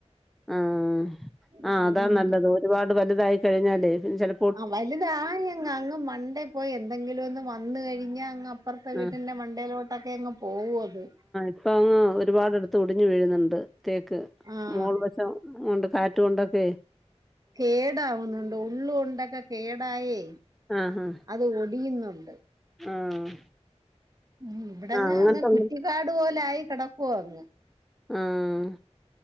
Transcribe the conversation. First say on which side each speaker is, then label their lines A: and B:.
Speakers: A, in the centre; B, on the right (about 30°).
A: ആഹ്
B: ഉം.
A: ആഹ് അതാ നല്ലത് ഒരുപാട് വലുതായി കഴിഞ്ഞാലേ പിന്നെ ചെല
B: ആഹ് വലുതായങ്ങ് അങ്ങ് മണ്ടേ പോയി എന്തെങ്കിലും ഒന്ന് വന്ന് കഴിഞ്ഞാ അങ്ങ് അപ്പുറത്തെ വീട്ടിന്റെ
A: ആഹ്
B: മണ്ടേലോട്ടൊക്കെ അങ് പോകും അത്.
A: ഇപ്പ അങ്ങ് ഒരുപാടിടത്ത് ഒടിഞ്ഞു വീഴുന്നുണ്ട് തേക്ക്
B: ആ
A: മോൾ വശം കൊണ്ട് കാറ്റ് ഇിട്ടൊണ്ടൊക്കെ
B: കേടാവുന്നുണ്ട് ഉള്ള് കൊണ്ടൊക്കെ കേടായി
A: ആഹ് ആഹ്
B: അത് ഒടിയുന്നുണ്ട്.
A: ആഹ്
B: ഉം ഇവിടെങ്ങ്
A: ആഹ് അങ്ങനത്തെ
B: അങ്ങ് കുറ്റിക്കാട് പോലെ ആയി കെടക്കുവോ അങ്ങ്
A: ആഹ്